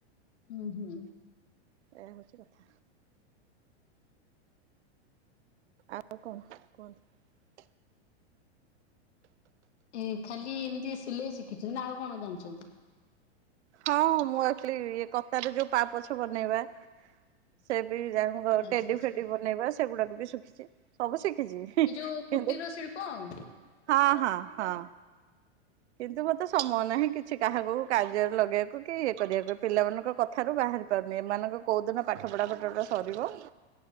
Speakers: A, on the left; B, on the right.
A: ହୁଁ ହୁଁ।
B: ଏୟା ହଉଛି କଥା ଆଉ କଣ କୁହନ୍ତୁ।
A: ଏ ଖାଲି ଏମିତି ସିଲେଇ ଶିଖିଛନ୍ତି ନା ଆଉ କଣ ଜାଣିଛନ୍ତି।
B: ହଁ ମୁଁ ଆକ୍ଚୟଲି ଇଏ କତରେ ଯୋଉ ପାପୋଛ ବନେଇବା ସେ
A: ଆଚ୍ଛା
B: ଟେଡି
A: ଆଚ୍ଛା
B: ଫେଡି ବନେଇବା ସେଗୁାକ ବି ଶିଖିଛି ସବୁ ଶିଖି। ଶିଖିଚି
A: ଏଇ ଯୋଉ କୁଟୀର
B: ହିଁ
A: ଶିଳ୍ପ ଆଉ।
B: ହଁ ହଁ। କିନ୍ତୁ ମତେ ସମୟ ନାହିଁ କିଛି କାହାକୁ କାର୍ଯ୍ୟ ଲଗେଇବାକୁ କି ଇଏ କରିବାକୁ ପିଲାମାନଙ୍କ କଥାରୁ ବାହାରି ପାରୁନି ଏମାନଙ୍କ କେଉଁଦିନ ପାଠ ପଢ଼ାପଠଟା ସରିବ।